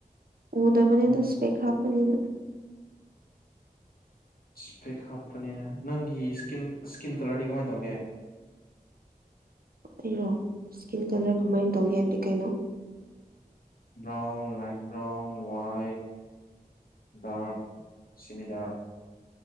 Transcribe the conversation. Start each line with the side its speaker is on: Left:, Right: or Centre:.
Right: ꯎꯗꯕꯅꯤꯗ
Left: ꯎꯝ
Right: ꯏꯁꯄꯦꯛ ꯍꯥꯞꯄꯅꯤꯅ
Left: ꯏꯁꯄꯦꯛ ꯍꯥꯞꯄꯅꯤꯅ ꯅꯪꯒꯤ ꯏꯁꯀꯤꯟ ꯏꯁꯀꯤꯟ ꯀꯂꯔꯗꯤ ꯀꯃꯥꯏꯅ ꯇꯧꯒꯦ
Right: ꯑꯩꯔꯣ ꯏꯁꯀꯤꯟ
Left: ꯎꯝ
Right: ꯀꯂꯔ ꯀꯃꯥꯏꯅ ꯇꯧꯒꯦ ꯍꯥꯏꯕꯗꯤ ꯀꯩꯅꯣ
Left: brown light brown white dark ꯁꯤꯃꯤꯗꯥꯔꯛ